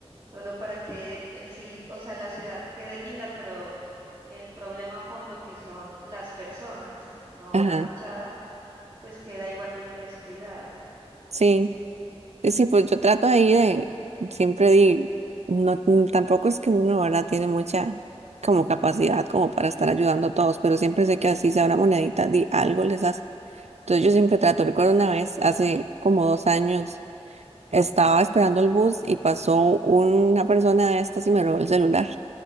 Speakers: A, on the right; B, on the right.
A: solo para que en sí, o sea, la ciudad quede linda, pero el problema a fondo que son las personas, no
B: ajá,
A: la fachada, pues queda igualmente descuidada.
B: sí. Sí, sí, pues yo trato ahí de, siempre di, no, mm, tampoco es que uno, ahora Tiene mucha como capacidad como para estar ayudando a todos, pero siempre sé que así sea una monedita, di, algo les hace. Entonces yo siempre trato, recuerdo una vez, hace como dos años, estaba esperando el bus y pasó una persona de estas y me robó el celular.